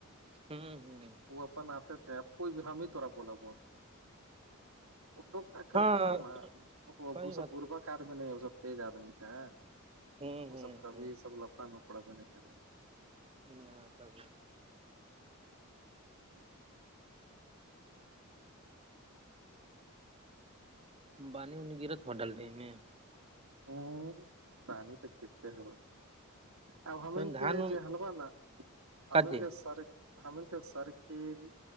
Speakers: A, on the right; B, on the right.
A: ہوں ہوں
B: وہ اپن آتے تھے اب کوئی بھی ہم ہی توورا بولا ہو ٹوکٹ کرتے
A: ہاں
B: تب نا وہ
A: صحیح
B: بسا
A: بات
B: بربا دمی نہیں ہے وہ سب تیز آدمی کا ہے
A: ہوں
B: وہ
A: ہوں
B: سب کبھی
A: ہوں
B: سب لفڑا پڑ نہیں کرے
A: نہ تبھی بانی اننی گرت ہو ڈل رہی میں
B: ا پانی تو گرتے ہوا اب ہمین
A: تو دھان
B: کے جو حلوہ نا حین
A: کاے
B: کے سارے ہم کے سرکل